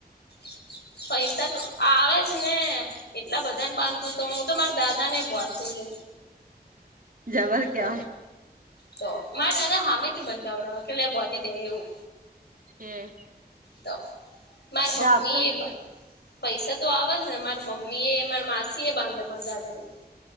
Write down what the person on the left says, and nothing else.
<inaudible> પૈસા તો આવે જ ને એટલા બધાને બાંધું તો મુ તો મારા દાદા ને બોંધ હો
તો તો માર દાદા હામે થી બંધાવડાવે કે લે બોંધી દે એવું.
તો માર મમ્મી
પૈસા તો આવજ ને માર મમ્મી એ માર માસી એ બાંધે મારા દાદા ન તો